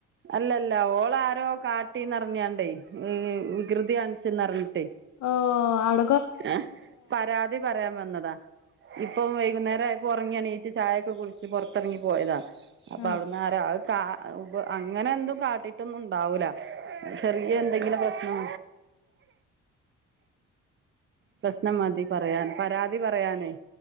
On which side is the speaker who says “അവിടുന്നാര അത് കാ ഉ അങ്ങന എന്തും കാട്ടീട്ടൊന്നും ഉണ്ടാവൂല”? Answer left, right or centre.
Right